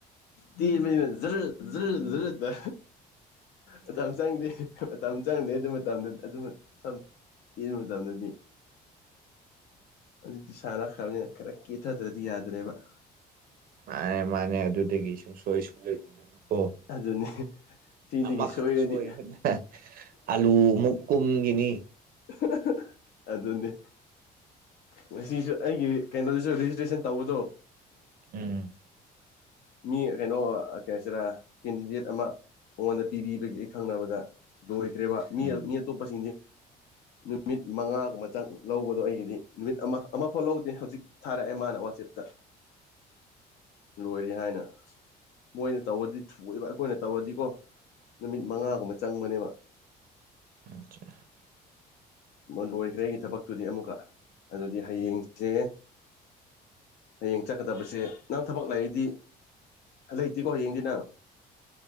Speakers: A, on the left; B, on the right.
A: ꯇꯦꯟꯕꯅꯤꯅ ꯖꯔ ꯖꯔ ꯖꯔ ꯇ ꯃꯇꯝ ꯆꯪꯗꯦ ꯃꯇꯝ ꯆꯪꯗꯦ ꯑꯗꯨꯃ ꯃꯇꯝꯗ ꯑꯗꯨ ꯁꯝ ꯇꯦꯟꯕ ꯃꯇꯝꯗꯗꯤ ꯍꯧꯖꯤꯛꯇꯤ ꯁꯥꯟꯅꯈ꯭ꯔꯕꯅꯤꯅ ꯈꯔ ꯀꯦꯊꯗ꯭ꯔꯗꯤ ꯌꯥꯗ꯭ꯔꯦꯕ
B: ꯃꯥꯅꯦ ꯃꯥꯅꯦ ꯑꯗꯨꯗꯒꯤ ꯁꯨꯡꯁꯣꯏ ꯁꯣꯏ ꯑꯣ
A: ꯑꯗꯨꯅꯤ ꯁꯤꯗꯒꯤ
B: ꯑꯃꯈꯛ
A: ꯁꯣꯏꯔꯗꯤ
B: ꯁꯣꯏꯕꯅꯦ ꯑꯂꯨ ꯃꯨꯛ ꯀꯨꯝꯒꯤꯅꯤ
A: ꯑꯍ ꯍ ꯑꯗꯨꯅꯤ ꯉꯁꯤꯁꯨ ꯑꯩꯒꯤ ꯀꯩꯅꯣꯖꯨ ꯔꯦꯖꯤꯁꯇ꯭ꯔꯦꯁꯟ ꯇꯧꯕꯗꯣ
B: ꯎꯝ
A: ꯃꯤ ꯀꯩꯅꯣ ꯀꯩ ꯍꯥꯏꯁꯤꯔ ꯀꯦꯟꯗꯤꯗꯦꯠ ꯑꯃ ꯃꯉꯣꯟꯗ ꯄꯤꯕꯤꯕꯒꯤ ꯑꯩ ꯈꯪꯅꯕꯗ ꯂꯣꯏꯈ꯭ꯔꯦꯕ ꯃꯤ
B: ꯎꯝ
A: ꯃꯤ ꯑꯇꯣꯞꯄꯁꯤꯡꯗꯤ ꯅꯨꯃꯤꯠ ꯃꯉꯥꯒꯨꯝꯕ ꯆꯪ ꯂꯧꯕꯗꯣ ꯑꯩꯒꯤꯗꯤ ꯅꯨꯃꯤꯠ ꯑꯃ ꯑꯃꯐꯛ ꯂꯧꯗꯦ ꯍꯧꯖꯤꯛ ꯊꯥꯔꯛꯑꯦ ꯃꯥꯅ ꯋꯥꯆꯦꯞꯇ ꯂꯣꯏꯔꯦ ꯍꯥꯏꯅ ꯃꯣꯏꯅ ꯇꯧꯕꯗꯤ ꯊꯨꯏꯋꯦꯕ ꯑꯈꯣꯏꯅ ꯇꯧꯔꯗꯤꯀꯣ ꯅꯨꯃꯤꯠ ꯃꯉꯥꯒꯨꯝꯕ ꯆꯪꯕꯅꯦꯕ
B: <unintelligible>
A: ꯃꯥ ꯂꯣꯏꯒ꯭ꯔꯦ ꯑꯩꯒꯤ ꯊꯕꯛꯇꯨꯗꯤ ꯑꯃꯨꯛꯀ ꯑꯗꯨꯗꯤ ꯍꯌꯦꯡꯖꯦ ꯍꯌꯦꯡ ꯆꯠꯀꯗꯕꯁꯦ ꯅꯪ ꯊꯕꯛ ꯂꯩꯔꯗꯤ ꯂꯩꯇꯦꯀꯣ ꯍꯌꯦꯡꯗꯤ ꯅꯪ